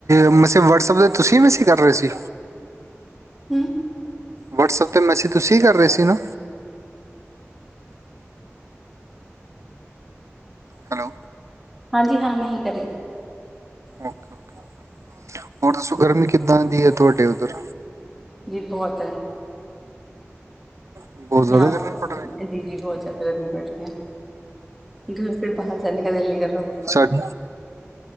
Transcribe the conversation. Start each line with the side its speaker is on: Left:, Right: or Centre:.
Right: ਮੈਸੇ ਵਟਸਐਪ ਦੇ ਤੁਸੀਂ ਮੈਸੇ ਕਰ ਰਹੇ ਸੀ?
Centre: ਹੂੰ
Right: ਵਟਸਐਪ ਤੇ ਮੈਸੇਜ ਤੁਸੀਂ ਕਰ ਰਹੇ ਸੀ ਨਾ? ਹੈਲੋ
Centre: ਹਾਂਜੀ ਹਾਂ ਮੈਂ ਹੀ ਕਰੀ।
Right: ਓਕੇ-ਓਕੇ, ਹੋਰ ਦੱਸੋ ਗਰਮੀ ਕਿੱਦਾਂ ਦੀ ਹੈ ਤੁਹਾਡੇ ਉੱਧਰ?
Centre: ਜੀ ਬਹੁਤ ਹੈ,
Right: ਬਹੁਤ ਜ਼ਿਆਦਾ
Centre: ਯਹਾਂ
Right: ਗਰਮੀ
Centre: ਪਰ।
Right: ਪੜ ਰਹੀ
Centre: ਜੀ-ਜੀ
Right: ਹੈ
Centre: ਬਹੁਤ ਜ਼ਿਆਦਾ ਗਰਮੀ ਬੈਠ ਰਹੀ ਹੈ, ਘਰ ਸੇ ਬਾਹਰ ਜਾਨੇ ਕਾ ਦਿਲ ਨਹੀ ਕਰ-
Right: ਸੱਠ